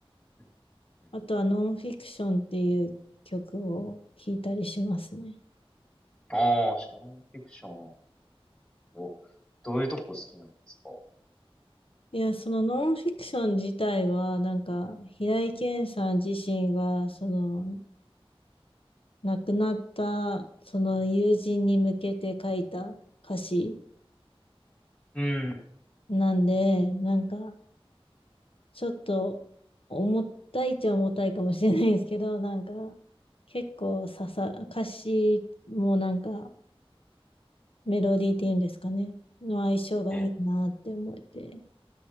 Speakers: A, in the centre; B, on the left.
A: うんうん
B: あとはノンフィクションっていう曲を聞いたりしますね。
A: ああー、ちょっとノンフィクション。けど、どういうとこ好きなんですか
B: いや、そのノンフィクション自体は、なんか、平井堅さん自身が、その、亡くなった、その友人に向けて書いた歌詞
A: うん。
B: なんで、なんか、ちょっと、重たいっちゃ重たいかもしれないですけど、なんか、結構刺さ、歌詞もなんか、メロディーっていうんですかね、の相性がいいなって思えて。
A: ええ。